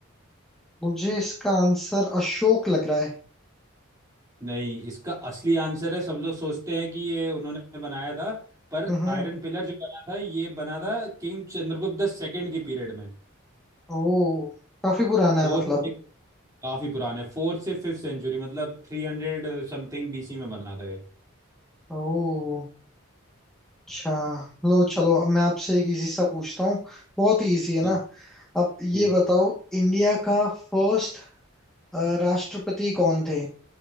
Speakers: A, in the centre; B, on the right.
A: मुझे इसका आंसर अशोक लग रहा है
B: नहीं इसका असली आंसर है सब लोग सोचते हैं कि ये उन्होंने बनाया था पर
A: हम्म हम्म,
B: आयरन पिलर जो बना था ये बना था किंग चंद्रगुप्त द सेकंड के पीरियड में
A: ओ काफी पुराना
B: फोर्थ
A: है मतलब
B: में काफी पुराना है फोर्थ से फिफ्थ सेंचुरी मतलब थ्री हंड्रेड समथिंग बीसी में बना था ये
A: ओ अच्छा लो चलो अब मैं आपसे एक इजी सा पूछता हूँ बहुत ही इजी है
B: ठीक
A: ना अब ये
B: ठीक
A: बताओ इंडिया का फर्स्ट राष्ट्रपति कौन थे